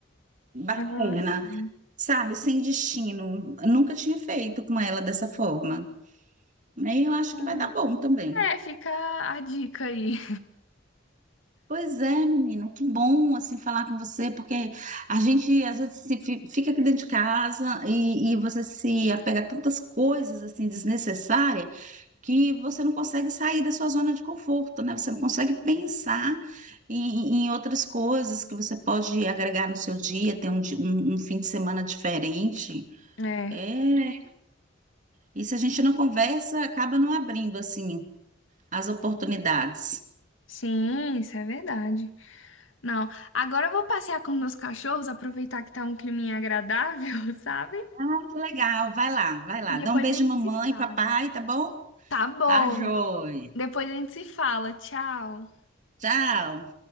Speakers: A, on the right; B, on the left.
A: Bacana,
B: Ah, sim.
A: sabe? Sem destino. Nunca tinha feito com ela dessa forma. né, E eu acho
B: Hum.
A: que vai dar bom também.
B: É, fica a dica aí.
A: Pois é, menina, que bom assim falar com você, porque a gente às vezes se fi- fica aqui dentro de casa e, e você se apega a tantas coisas assim desnecessárias que você não consegue sair da sua zona de conforto, né? Você não consegue pensar em, em outras coisas que você pode agregar no seu dia, ter um, di- um um fim de semana diferente.
B: É,
A: É E se a gente não conversa, acaba não abrindo assim as oportunidades.
B: sim, isso é verdade. Não, agora eu vou passear com meus cachorros, aproveitar que tá um climinha agradável, <laughs> sabe?
A: Ai, que legal, vai lá, vai lá.
B: E
A: Dá
B: depois
A: um beijo,
B: a gente
A: mamãe,
B: se fala.
A: papai, tá bom?
B: Tá bom.
A: Tá, joia.
B: Depois a gente se fala. Tchau.
A: Tchau.